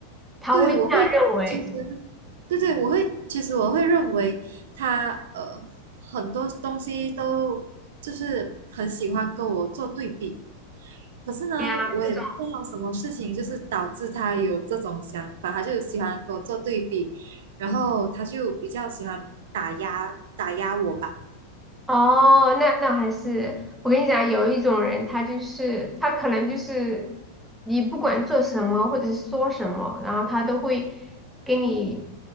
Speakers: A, in the centre; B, on the right (about 55°).
A: 他会这样认为。
B: 对，我会其实，对对，我会其实我会认为他呃很多东西都就是很喜欢跟我做对比，可是呢，
A: 对呀，
B: 我也不知道什么事情就是导致他有这种想法，
A: 这种。
B: 他就喜欢跟我做对比，然后他就比较喜欢打压打压我吧，
A: 哦，那那还是我跟你讲，有一种人，他就是他可能就是你不管做什么或者是说什么，然后他都会跟你